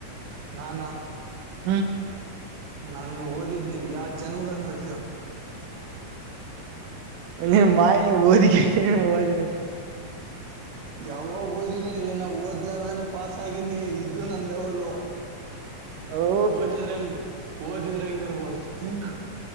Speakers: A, on the right; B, on the right.
A: ನಾನಾ
B: ಹ್ಮ್
A: ನಾನು ಓದಿದ್ ನೀನ್ ಯಾವ ಜನ್ಮದಾಗ ನೋಡತವ
B: ಮ ಮಾ ಬಓದಿ ಕ ಬೋದ ನ
A: ಯಾವಾಗ ಓದಿನಿಲ್ಲಿ ನಾ್ ಓದ್ಲಾರನನೆ ಪಾಸ್ ಆಗನಿ ಇದ್ದು ನನ್ ಲೆವಲು
B: ಓ
A: ಓದಿದ್ರೆ ಹಂಗ್ ಓದಿದ್ರೆ ಹಂಗಗೆ ಇರ್ಬೋದು ತಿಂಕ್